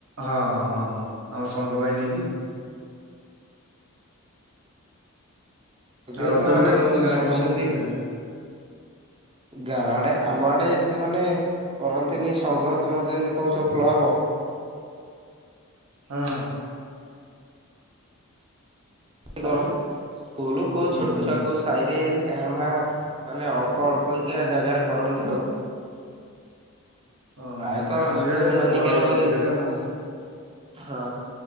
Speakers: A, on the right (about 75°); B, on the right (about 25°).
A: ହଁ- ହଁ -ହଁ- ହଁ ଆମ ସଂଘ ଭାଇ ନେଇକି
B: ଅଧିକାଂଶ
A: ଆଉ ରଜରେ
B: ମାନେ
A: ଭାଇ ତମର
B: ଇ-ସରସ୍ଵତୀ
A: ଗାଁ ଆଡେ କଣ କେମିତି ହେଇଥିଲା?
B: ଗାଁ ଆଡେ ଆମ ଆଡେ ଏତେ ମାନେ କରନ୍ତିନି ସଂଘ ତମର ଯେମିତି କହୁଚ କ୍ଲବ
A: ହଁ -ହଁ। ହା
B: କର ସ୍କୁଲ କୋଉ
A: ହୁଁ
B: ଛୋଟ ଛୁଆ କୋଉ ସାହି ରେ ଏମତି କାଁ ଭା ମାନେ ଅଳ୍ପ ଅଳ୍ପା ଜାଗାରେ କରନ୍ତି ଆଉ।
A: ଓହୋ
B: ପ୍ରାୟତଃ
A: ନାଇଁ ଆମର
B: ସ୍କୁଲ
A: ଇଆଡେ
B: ମାନିକାର
A: ବଡ
B: ହଏ
A: ଜାଗାରେ
B: ହୁ
A: ଆମ
B: ହଁ